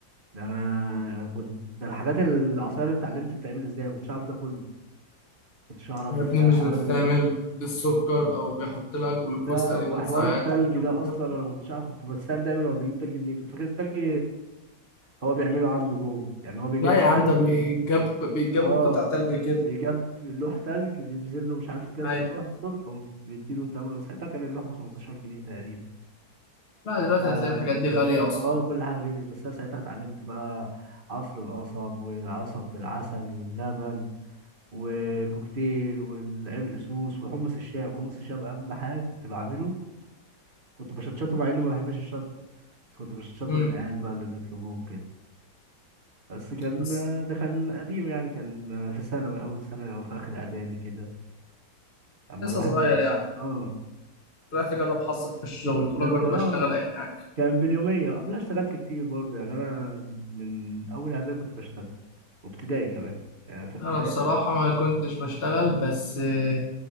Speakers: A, on the right; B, on the left.
A: ده انا كنت ده الحاجات العصاير اللي اتعلمت بتعمل ازاي ما كنتش اعرف ده كله ما كنتش اعرف
B: يا ابني
A: حوار
B: مش بتتعمل
A: ال...
B: بالسكر او بيحط لك جلوكوز
A: لا
B: تقريبا
A: وحوار
B: ساعات
A: التلج
B: وكلام
A: ده
B: من ده
A: اصلا انا ما كنتش اعرف كنت بتسال دايما هو بيجيب تلج منين كنت فاكر التلج هو بيعمله عنده جوه يعني هو بيجهز
B: لا يا عم
A: تلج
B: ده بيتجاب
A: وبيحط
B: بيتجاب
A: اه
B: له قطع تلج كده
A: بيجاب لوح تلج بينزل له مش عارف كذا
B: ايوه
A: لوح الصبح وبيديله تمن ساعتها كان اللوح ب 15 جنيه تقريبا
B: لا دلوقتي
A: ف-
B: هتلاقي الحاجات دي غالية أصلا
A: اه كل حاجة غالية بس أنا ساعتها اتعلمت بقى عصر القصب والعصب بالعسل واللبن وكوكتيل والعرق سوس وحمص الشام حمص الشام أهم حاجة كنت بعمله كنت بشطشطه مع إني ما بحبش الشطة بس كنت بشطشطه
B: امم
A: للعيال بقى اللي بيطلبوه كده بس كان
B: بس
A: ده كان قديم يعني كان في ثانوي أول ثانوي أو في آخر إعدادي كده أما
B: لسه
A: الواحد
B: صغير يعني
A: اه
B: طلعت أجرب حظك في الشغل تقول
A: كان
B: أجرب
A: اه
B: أشتغل أي حاجة
A: كان باليومية قبلها اشتغلت كتير برضه يعني أنا من, من أول إعدادي كنت بشتغل وابتدائي كمان يعني في ابتدائي
B: أنا بصراحة
A: كنت
B: ما كنتش بشتغل بس آه،